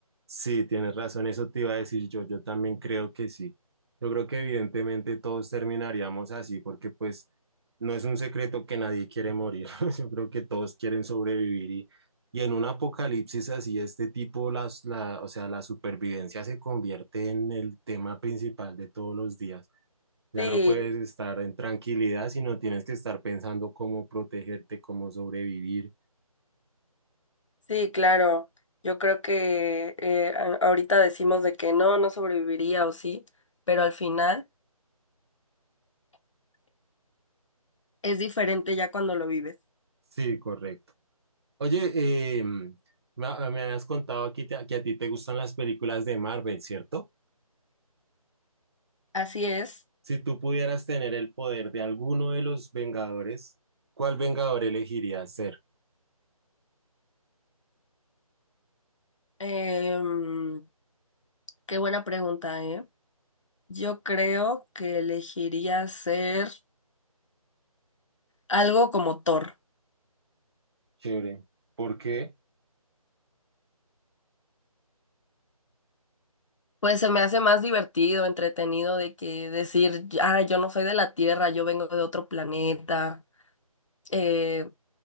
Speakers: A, on the right (about 45°); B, on the left (about 55°).
A: Sí, tienes razón, eso te iba a decir yo, yo también creo que sí. Yo creo que evidentemente todos terminaríamos así porque pues no es un secreto que nadie quiere morir, <laughs> yo creo que todos quieren sobrevivir y, y en un apocalipsis así, este tipo, las, la, o sea, la supervivencia se convierte en el tema principal de todos los días. Ya
B: Sí,
A: no puedes estar en tranquilidad, sino tienes que estar pensando cómo protegerte, cómo sobrevivir.
B: sí, claro. Yo creo que eh, a- ahorita decimos de que no, no sobreviviría o sí, pero al final es diferente ya cuando lo vives.
A: Sí, correcto. Oye, eh, me, ah, me habías contado aquí te- que a ti te gustan las películas de Marvel, ¿cierto?
B: Así es.
A: Si tú pudieras tener el poder de alguno de los Vengadores, ¿cuál Vengador elegirías ser?
B: Em, qué buena pregunta, ¿eh? Yo creo que elegiría ser algo como Thor.
A: Chévere. ¿Por qué?
B: Pues se me hace más divertido, entretenido de que decir, ah, yo no soy de la Tierra, yo vengo de otro planeta, eh,